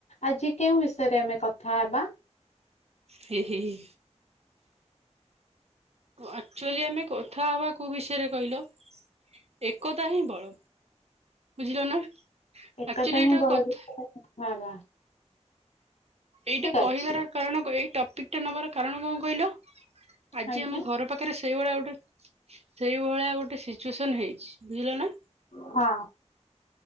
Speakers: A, on the left; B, on the right.
A: ଆଜି କେଉଁ ବିଷୟରେ ଆମେ କଥା ହେବା।
B: ହି ହି ହି। ଆକ୍ଚୁଆଲି ଆମେ କଥା ହବା କୋଉ ବିଷୟରେ କହିଲ। ଏକତା ହିଁ ବଳ ବୁଝିଲ ନା
A: ଏକତା
B: ଆକ୍ଚୁଆଲି ଏଇଟା
A: ହିଁ ବଳ
B: କଥା।
A: ବିଷୟରେ କଥା ହବା।
B: ଏଇଟା କହିବାର
A: ଅଛି।
B: କାରଣ ଏଇ ଟପିକ ଟା ନବାର କାରଣ କଣ କହିଲ। ଆଜି
A: ଆଜ୍ଞା।
B: ଆମ ଘର ପାଖରେ ସେଇଭଳିଆ ଗୋଟେ ସେଇଭଳିଆ ଗୋଟେ ସିଚୁଏସନ ହେଇଛି ବୁଝିଲ ନା।
A: ହଁ।